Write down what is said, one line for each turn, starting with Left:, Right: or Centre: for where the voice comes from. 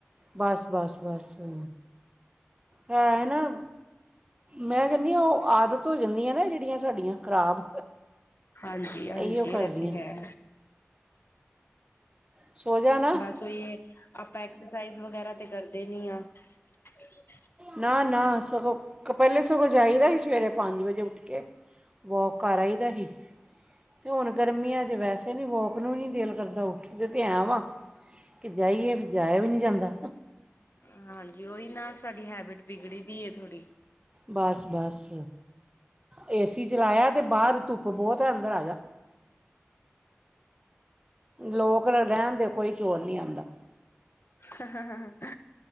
Right: ਬਸ ਬਸ ਬਸ ਹੈ ਹੈ ਨਾ ਮੈਂ ਕਹਿੰਦੀ ਹਾਂ ਉਹ ਆਦਤ ਹੋ ਜਾਂਦੀਆਂ ਨਾ ਜਿਹੜੀਆਂ ਸਾਡੀਆਂ ਖਰਾਬ
Left: ਹਾਂਜੀ ਹਾਂਜੀ
Right: ਇਹੀਓ ਕਰਦੀਆਂ
Left: ਇਹ ਤੇ ਹੈ
Right: ਸੋ ਜਾ ਨਾ
Left: ਬਸ ਉਹੀ ਏ ਆਪਾਂ ਐਕਸਰਸਾਈਜ਼ ਵਗੈਰਾ ਤੇ ਕਰਦੇ ਨੀ ਆ <unintelligible>
Right: ਨਾ ਨਾ ਸਗੋਂ ਪੈਲੇ ਸਗੋਂ ਜਾਈਦਾ ਸੀ ਸਵੇਰੇ ਪੰਜ ਵਜੇ ਉੱਠ ਕੇ ਵੋਕ ਕਰ ਆਈ ਦਾ ਸੀ, ਤੇ ਹੁਣ ਗਰਮੀਆਂ ਚ ਵੈਸੇ ਨਈ ਵੋਕ ਨੂੰ ਨਈ ਦਿਲ ਕਰਦਾ ਉੱਠ ਫੇਰ ਤੇ ਐ ਵਾਂ, ਕਿ ਜਾਈਏ ਤੇ ਜਾਇਆ ਵੀ ਨਈ ਜਾਂਦਾ।
Left: ਹਾਂਜੀ ਓ, ਈ, ਨਾ, ਸਾਡੀ ਹੈਬਿਟ ਬਿਗੜੀ ਪਈ ਆ ਥੋੜ੍ਹੀ।
Right: ਬਸ -ਬਸ ਏ, ਸੀ ਚਲਾਏਆ ਤੇ ਬਾਰ ਧੁੱਪ ਬੋਤ ਆ, ਅੰਦਰ ਆ ਜਾ। ਲੋਕ ਨਾ ਲਾ, ਰੈਣ ਦੇ ਕੋਈ ਚੋਰ ਨੀ ਆਂਦਾ।
Left: ਹਾਂ- ਹਾਂ, ਹਾਂ -ਹਾਂ।